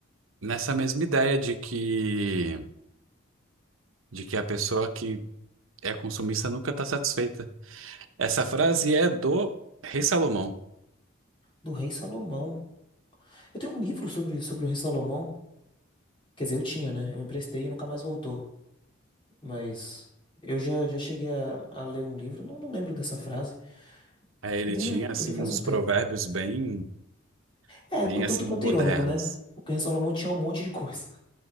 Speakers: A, on the right; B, on the left.
A: Nessa mesma ideia de que, de que a pessoa que é consumista nunca está satisfeita. Essa frase é do Rei Salomão.
B: do Rei Salomão. Eu tenho um livro sobre, sobre o Rei Salomão. Quer dizer, eu tinha, né? Eu emprestei e nunca mais voltou. Mas eu já, já cheguei a, a ler um livro, não, não lembro dessa frase.
A: Aí ele
B: Também
A: tinha
B: eu,
A: assim
B: eu li faz
A: uns
B: um tempo.
A: provérbios bem,
B: É,
A: bem
B: o tanto
A: assim
B: quanto
A: modernos.
B: irônico, né? Porque o Rei Salomão tinha um monte de coisa.